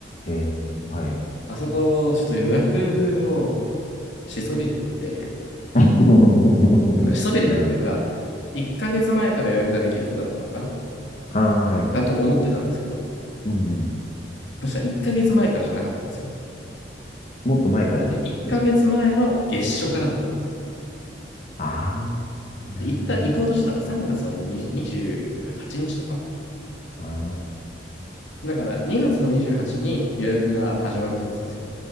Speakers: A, on the left; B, on the left.
A: えー、はい。
B: あそこ、ちょっと予約をしそびれて、
A: <laughs>
B: なんかしそびれてっていうか、
A: なるほど。
B: 1ヶ月前から予約ができるとかだったのかな
A: ああ、はいはい。
B: だと思ってたんですけど、
A: うんうん。
B: そしたら1ヶ月前からじゃなかったんですよ
A: もっと前からできる。
B: ね。1ヶ月前の月初からだったんですよ。
A: ああ、なるほど。
B: で行った、行こうとしたのが3月の20 28日とか
A: ああ、
B: だから2月の28日にちに予約が始まると思ってたんです